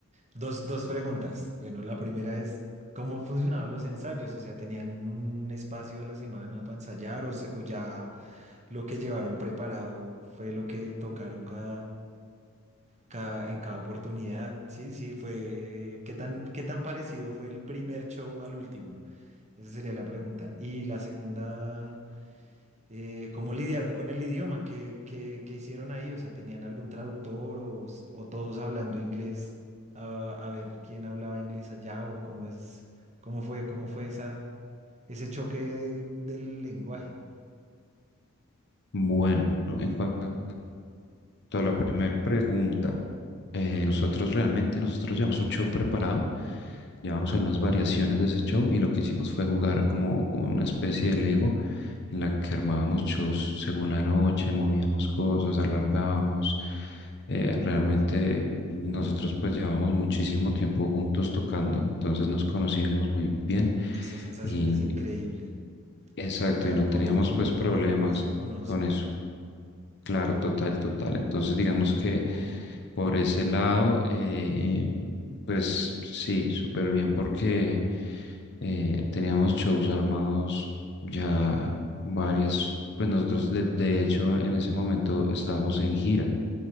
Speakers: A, on the right; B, on the left.
A: Dos, dos preguntas. Bueno, la primera es, ¿cómo funcionaban los ensayos? O sea, ¿tenían un espacio a la semana para ensayar o, se- o ya lo que llevaron preparado fue lo que tocaron cada, cada, en cada oportunidad? Sí, sí, fue... ¿Qué tan, qué tan parecido fue el primer show al último? Esa sería la pregunta. Y la segunda... eh, ¿cómo lidiaron con el idioma? ¿Qué, qué- qué hicieron ahí? O sea, ¿tenían algún traductor o, s- o todos hablando inglés a, a ver quién hablaba inglés allá o cómo es, cómo fue, cómo fue esa, ese choque de- del lenguaje?
B: Bueno, en cuanto a la primera pregunta, eh, nosotros realmente, nosotros llevamos un show preparado, llevamos algunas variaciones de ese show y lo que hicimos fue jugar como, como una especie de Lego en la que armábamos shows según la noche, movíamos cosas, alargábamos. Eh, realmente
A: Sí,
B: nosotros pues llevamos muchísimo tiempo juntos tocando, entonces nos conocíamos muy bien
A: esa sensación
B: y
A: es increíble.
B: Exacto,
A: Tocar
B: y no
A: con
B: teníamos
A: un combo
B: pues problemas
A: con el que uno se conoce.
B: con eso. Claro, total, total. Entonces, digamos que por ese lado, eh, pues sí, súper bien porque eh, teníamos shows armados ya varias, pues nosotros de, de hecho en ese momento estábamos en gira.